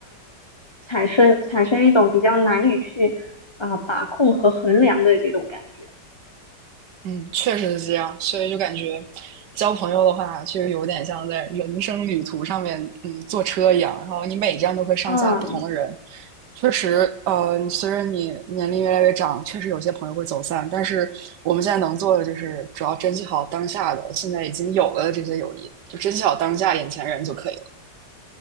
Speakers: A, on the left (about 20°); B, on the right (about 75°).
A: 产生产生一种比较难以去啊、把控和衡量的这种感觉。
B: 嗯，确实是这样，所以就感觉交朋友的话，实有点像在人生旅途上面，嗯，坐车一样，然后你每站都会上下不同的人。
A: 嗯，
B: 确实，呃，随着你年龄越来越长，确实有些朋友会走散，但是我们现在能做的就是主要珍惜好当下的，现在已经有了的这些友谊，就珍惜好当下眼前人就可以了。